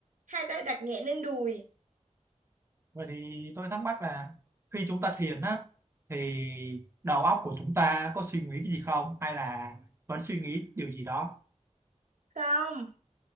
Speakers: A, on the right; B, on the right.
A: hai tay đặt nhẹ lên đùi
B: Vậy thì tôi thắc mắc là khi chúng ta thiền á thì đầu óc của chúng ta có suy nghĩ cái gì không hay là vẫn suy nghĩ điều gì đó
A: không